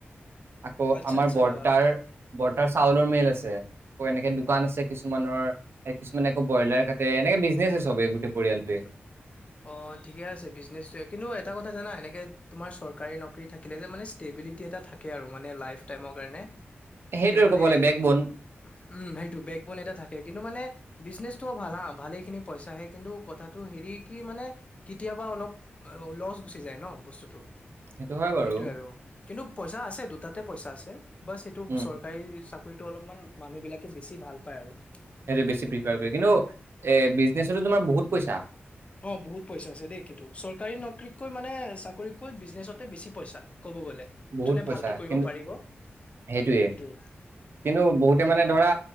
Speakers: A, on the right; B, on the left.
A: আকৌ
B: আচ্ছা
A: আমাৰ
B: আচ্ছা
A: বৰ্তাৰ <inaudible> বৰ্তাৰ চাউলৰ মিল আছে আকৌ এনেকে দোকান আছে কিছুমানৰ <inaudible> এ কিছুমান আকৌ ব্ৰইলাৰ কাটে। এনেকে বিজনেছে চবে গোটেই পৰিয়ালটোৱে। <inaudible>
B: হয় <inaudible> অ ঠিকে আছে বিজনেছটোৱে। কিন্তু এটা কথা জানা এনেকে তোমাৰ চৰকাৰী নকৰী থাকিলে যে মানে <inaudible> টেবিলিটি এট থাকে আৰু মানে লাই টাইমৰ কাৰণে। তেতিয়া
A: সেইটোৱে
B: মানে
A: ক'বলে বেক বন
B: <unintelligible> উম! সেইটো বেক বোন এটা থাকে। কিন্তু মানে <inaudible> বিজনেছটো ভাল হা ভালেখিনি পইচা আহে কিন্তু কথা <inaudible> ত হেৰি কি মানে কেতিয়াবা অলপ লচ গুচি যায় ন বস্তুটো। <inaudible>
A: সেইটো হয় বাৰু
B: সেইটোৱেই আৰু কিন্তু পইচা আছে দুটাতে পইচা আছে বাচ এইটো
A: উম
B: চৰ <inaudible> কাৰী চাকৰিটো অলপমান মানুহ বিলাকে বেছি ভাল পায় আৰু। <inaudible>
A: সেইটো বেছি প্ৰিফাৰ কৰে। কিন্তু এ বিজনেছতো তোমাৰ বহুত পইচা। <inaudible>
B: অঁ! বহুত পইচা আছে দেই কিন্তু। চৰকাৰী নকৰীতকৈ মানে চাকৰিতকৈ বিজনেছতে বেছি পইছা ক'ব গ'লে।
A: বহুত
B: <unintelligible> যোনে
A: পইচা
B: ভালকে কৰিব
A: কিন্তু
B: পাৰিব। সেইটোৱেই
A: সেইটোয়ে
B: <unintelligible>
A: কিন্তু বহুতে মানে ধৰা